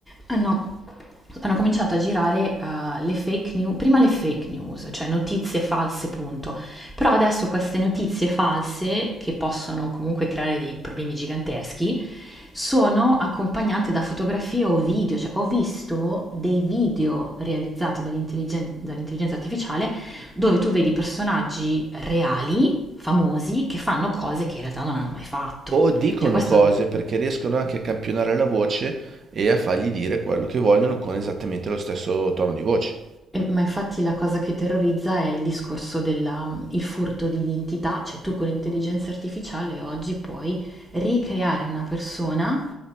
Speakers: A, in the centre; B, on the right.
A: hanno hanno cominciato a girare, uhm, le fake new prima le fake news, cioè notizie false, punto. Però adesso queste notizie false, che possono comunque creare dei problemi giganteschi, sono accompagnate da fotografie o video, cioè ho visto dei video realizzati dall'intelligen dall'intelligenza artificiale, dove tu vedi personaggi reali famosi che fanno cose che in realtà non hanno mai fatto.
B: O dicono
A: Cioè questo,
B: cose perché riescono anche a campionare la voce e a fargli dire quello che vogliono con esattamente lo stesso tono di voce.
A: e- ma infatti la cosa che terrorizza è il discorso del furto di identità, cioè tu con l'intelligenza artificiale oggi puoi ricreare una persona,